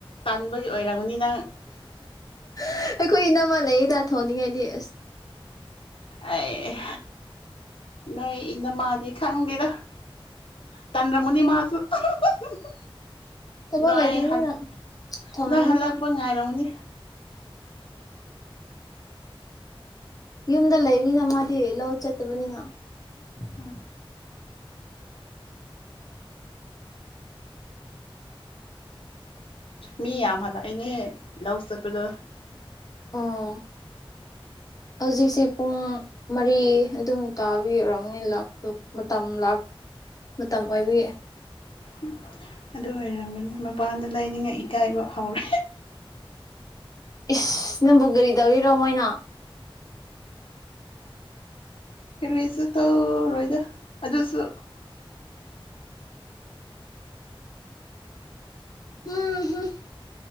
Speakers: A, on the left; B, on the left.
A: ꯇꯟꯥꯟꯕꯒꯤ ꯑꯣꯏꯔꯝꯕꯅꯤ ꯅꯪ
B: ꯑꯩꯈꯣꯏ ꯏꯅꯝꯃ ꯂꯩꯑꯦꯗ ꯊꯣꯡꯅꯤꯡꯉꯥꯏꯗꯤ ꯑꯁ
A: ꯑꯩ ꯅꯣꯏ ꯏꯅꯝꯃꯥꯗꯤ ꯈꯪꯗꯦꯗ ꯇꯥꯟꯂꯝꯂꯅꯤ ꯃꯍꯥꯛꯁꯨ <unintelligible>
B: ꯊꯕꯛ
A: ꯅꯣꯏ
B: ꯂꯩꯇꯕꯅꯤꯅ
A: ꯍꯜ
B: ꯊꯣꯡꯅꯕꯅꯤ
A: ꯅꯣꯏ ꯍꯜꯂꯛꯄ
B: ꯃꯥ
A: ꯉꯥꯏꯔꯝꯒꯅꯤ
B: ꯌꯨꯝꯗ ꯂꯩꯕꯅꯤꯅ ꯃꯥꯗꯤ ꯂꯧ ꯆꯠꯇꯕꯅꯤꯅ
A: ꯑ ꯃꯤ ꯌꯥꯝ ꯍꯜꯂꯛꯏꯅꯦ ꯂꯧ ꯆꯠꯄꯗꯣ <unintelligible>
B: ꯑꯣ ꯍꯧꯖꯤꯛꯁꯦ ꯄꯨꯡ ꯃꯔꯤ ꯑꯗꯨꯝ ꯇꯥꯕꯩ ꯑꯣꯏꯔꯝꯅꯤ ꯂꯥꯛꯄꯗꯣ ꯃꯇꯝ ꯂꯥꯛ ꯃꯇꯝ ꯑꯣꯏꯕꯒꯤ
A: ꯎꯝ ꯑꯗꯨ ꯑꯣꯏꯔꯝꯃꯅꯤ ꯃꯄꯥꯟꯗ ꯂꯥꯏꯅꯤꯡꯉꯥꯏ ꯏꯀꯥꯏꯕ ꯍꯧꯔꯦ
B: ꯏꯁꯁ ꯅꯝꯕꯨ ꯀꯔꯤ ꯇꯧꯔꯤꯅꯣ ꯃꯣꯏꯅ
A: ꯀꯔꯤꯁꯨ ꯇꯧꯔꯣꯏꯗ ꯑꯗꯨꯁꯨ
B: ꯎꯝꯍꯨꯝ